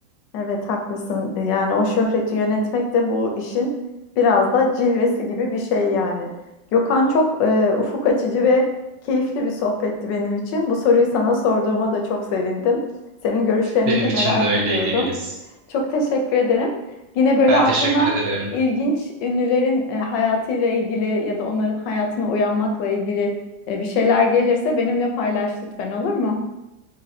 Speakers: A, on the left; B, on the right.
A: Evet haklısın. Yani o şöhreti yönetmek de bu işin biraz da cilvesi gibi bir şey yani. Gökhan çok e, ufuk açıcı ve keyifli bir sohbetti benim için. Bu soruyu sana sorduğuma da çok sevindim. Senin görüşlerini
B: Benim
A: de merak
B: için de öyleydi
A: ediyordum.
B: Güliz.
A: Çok teşekkür ederim. Yine böyle
B: Ben
A: aklına
B: teşekkür ederim.
A: ilginç ünlülerin e, hayatıyla ilgili ya da onların hayatına uyanmakla ilgili e, bir şeyler gelirse benimle paylaş lütfen olur mu?